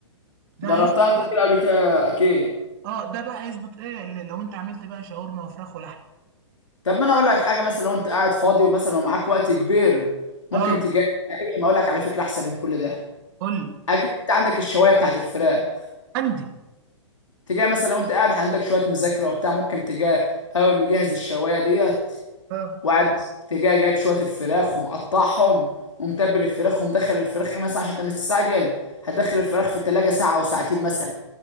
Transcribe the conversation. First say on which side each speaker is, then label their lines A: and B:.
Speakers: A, on the right; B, on the left.
A: ده
B: جربتها
A: هيظبط
B: انت
A: بقى
B: كده قبل كده اكيد
A: اه ده بقى هيظبط ايه اللي- لو انت عملت بقى شاورما وفراخ ولحم
B: طب ما انا اقول لك حاجه مثلا لو انت قاعد فاضي ومثلا ومعاك وقت كبير ممكن
A: اه
B: تجي ما اقول لك على فكره احسن من كل ده
A: قول لي.
B: اكيد انت عندك الشوايه بتاعت الفراخ
A: عندي
B: تجي مثلا لو انت قاعد عندك شويه مذاكره وبتاع ممكن تجي اول مجهز الشوايه ديت
A: اه
B: وقاعد تجي جايب شويه الفراخ ومقطعهم ومتبل الفراخ ومدخل الفراخ ايه مثلا عشان انت مستعجل هتدخل الفراخ في التلاجة ساعه او ساعتين مثلا